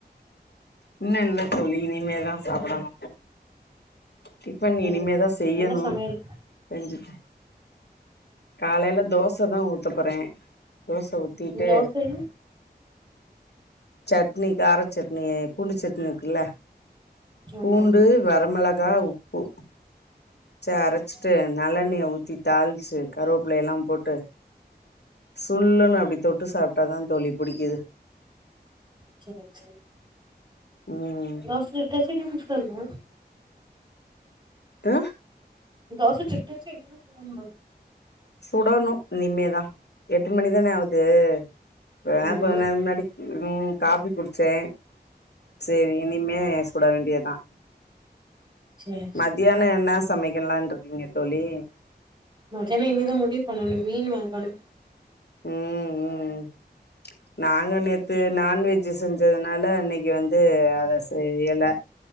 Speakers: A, on the left; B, on the right.
A: இன்னு இல்ல தோழி இனிமேதா சாப்பிடணு டிபன்
B: சேரி
A: இனிமேதா
B: சேரி
A: செய்யணு
B: என்ன சமையல்
A: செஞ்சுட்டு காலையில தோசை தா ஊத்த போறே தோசை ஊத்திட்டு
B: தோசை
A: சட்னி காரச் சட்னியே பூண்டு சட்னி இருக்குல்ல
B: ஆமா
A: பூண்டு வரமிளகா உப்பு ச்ச அரைச்சிட்டு நல்லெண்ணய ஊத்தி தாளிச்சு கருவேப்பிலையெல்லா போட்டு சுல்லுன்னு அப்டி தொட்டு சாப்ட்டாதா தொழி புடிக்குது
B: செரி செரி
A: ம்
B: தோச <unintelligible> ண்றோ
A: த
B: தோச சுட்டாச்சா இனிதா சுடன்மா
A: சுடணு இனிமேதா எட்டு மணிதானே ஆவுது பதா
B: ஆமா
A: கொஞ்ச நேர முன்னாடி உம் காபி குடுத் சே செரி இனிமே குட வேண்டியதா
B: சேரி சேரி
A: மத்யான என்ன சமைக்க க்கலான்டிருக்கீங்க தொழி
B: மத்யான இனிதா மு டி பண்ணணு மீனு வாங்கணு
A: உம் உம் நாங்க நேத் து நான்வெஜ்ஜூ செஞ்சதுனால இன்னைக்கு வந்து அத செய்யல